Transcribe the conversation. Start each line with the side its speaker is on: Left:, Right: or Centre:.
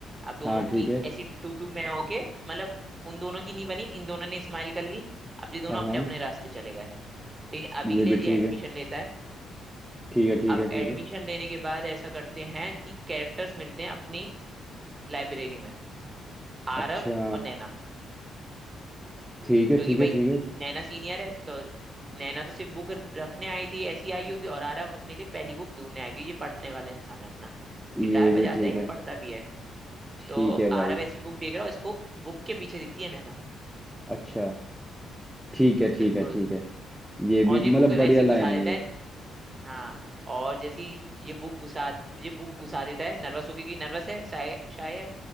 Right: अब दोनों
Centre: हाँ ठीक
Right: की
Centre: है
Right: ऐसी टू टू में होके मतलब उन दोनों की नहीं बनी इन दोनों ने स्माइल कर ली अब ये दोनों
Centre: हाँ हाँ
Right: अपने अपने रास्ते चले गए ठीक है अभी
Centre: ये
Right: के लिए
Centre: भी
Right: ये
Centre: ठीक
Right: एडमिशन
Centre: है
Right: लेता है
Centre: ठीक है ठीक
Right: अब
Centre: है ठीक
Right: एडमिशन
Centre: है
Right: लेने के बाद ऐसा करते हैं कि कैरेक्टर्स मिलते हैं अपनी लाइब्रेरी में आरव
Centre: अच्छा
Right: और नैना
Centre: ठीक है
Right: क्योंकि
Centre: ठीक
Right: भाई
Centre: है ठीक है
Right: नैना सीनियर है तो नैना तो सिर्फ बुक रखने आई थी ऐसी आई होगी और आरव अपने लिए पहली बुक ढूंढने आया क्योंकि ये पढ़ने वाला इंसान है अपना
Centre: ये
Right: गिटार बजाता
Centre: भी ठीक
Right: है या
Centre: है
Right: पढ़ता भी है
Centre: ठीक
Right: तो
Centre: है भाई
Right: आरव ऐसी बुक देख रहा है इसको बुक के पीछे दिखती है नैना
Centre: अच्छा ठीक है ठीक
Right: बिल्कुल
Centre: है ठीक है ये भी
Right: और ये
Centre: मतलब
Right: बुक वैसी
Centre: बढ़िया लाइन
Right: घुसा
Centre: है
Right: देता
Centre: ये
Right: है हाँ और जैसी ये बुक घुसा ये बुक घुसा देता है नर्वस होके कि नर्वस है शायद शायद